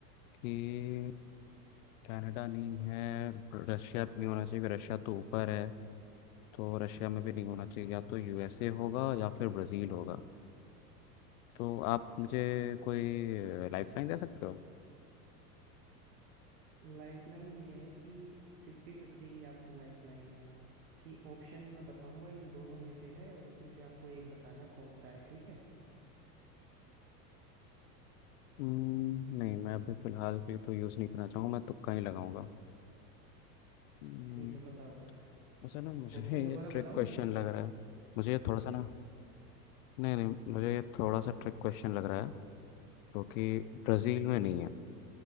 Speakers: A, on the left; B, on the right.
A: कि कनाडा नहीं है रशिया भी नहीं होना चाहिए क्योंकि रशिया तो ऊपर है तो रशिया में भी नहीं होना चाहिए या तो यूएसए होगा या फिर ब्राज़ील होगा तो आप मुझे कोई लाइफ लाइन दे सकते हो
B: Lifeline ये है कि फिफ्टी फिफ्टी की आपको लाइफलाइन है कि ऑप्शन मैं बताऊंगा इन दोनों में से है और उसमें से आपको एक बताना कौन सा है ठीक है
A: हम्म, नहीं मैं अभी फ़िलहाल के लिए तो यूज़ नहीं करना चाहूँगा मैं तुक्का ही लगाऊंगा हम्म,
B: ठीक है बताओ फिर
A: ऐसा ना मुझे
B: ऑप्शन
A: ये
B: दोबारा बताऊं
A: ट्रिक क्वेश्चन
B: मैं
A: लग रहा है मुझे ये थोड़ा सा ना नहीं नहीं मुझे ये थोड़ा सा ट्रिक क्वेश्चन लग रहा है क्योंकि ब्राज़ील में नहीं है